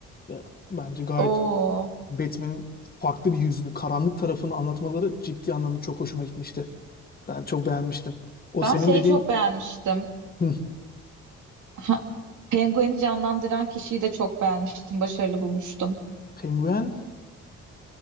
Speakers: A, on the left; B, on the right.
A: Ve bence gayet
B: Oo,
A: Batman'in farklı bir yüzünü, karanlık tarafını anlatmaları ciddi anlamda çok hoşuma gitmişti. Ben çok beğenmiştim. O
B: ben
A: senin
B: şeyi
A: dediğin
B: çok beğenmiştim.
A: hı,
B: Ha, Penguin'i canlandıran kişiyi de çok beğenmiştim. Başarılı bulmuştum.
A: penguen.